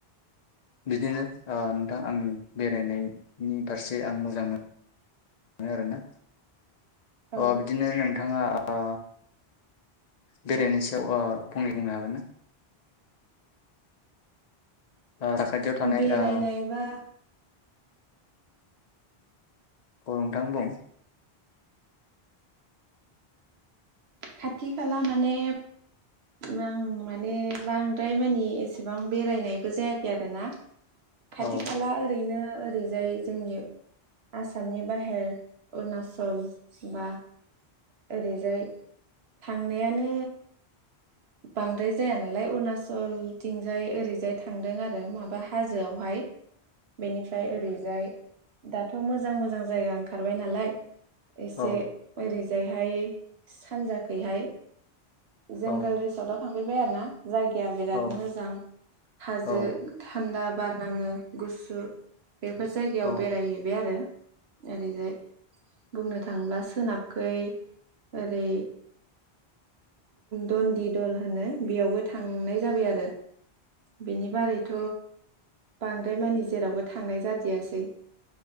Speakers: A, on the left; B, on the right.
A: बिदिनो ओ नोंथां आंनि बेरायनायनि फारसे आं मोजां मोनो मोनो आरोना।
B: औ
A: अ बिदिनो नोंथाङा ओ बेरायनाय सायाव ओ फंनै बुंनो हागोन ना? ओ साखाथियाव थानाय
B: बेरायनायबा
A: ओ गरंथां बुं
B: खाथि खाला माने मां माने बांद्राय मानि एसेबां बेरायनायबो जायाखै आरोना
A: औ
B: खाथि खाला ओरैनो ओरैजाय जोंनि आसामनि बाहेर अरुनाचल बा ओरैजाय थांनायानो बांद्राय जाया नालाय अरुणाचलथिंजाय ओरैजाय थांदों आरो माबा हाजोआवहाय बेनिफ्राय ओरैजाय दाथ मोजां मोजां जायगा ओंखारबाय नालाय एसे
A: औ
B: ओरै ओहाय सानजाखैहाय जोंगोल
A: औ
B: <unintelligible> थांफेरबाय आरो ना जायगाया बिराद
A: औ
B: मोजां हाजो
A: औ
B: थान्दा बारनाङो गुसु बेफोर जायगायाव
A: औ
B: बेरायहैबाय आरो ओरैजाय बुंनो थाङोब्ला सोनाबखै ओरै दन्दित दोल होनो बेयावबो थांनाय जाबाय आरो बिनि बारैथ बांद्राय मानि जेरावबो थांनाय जादियासै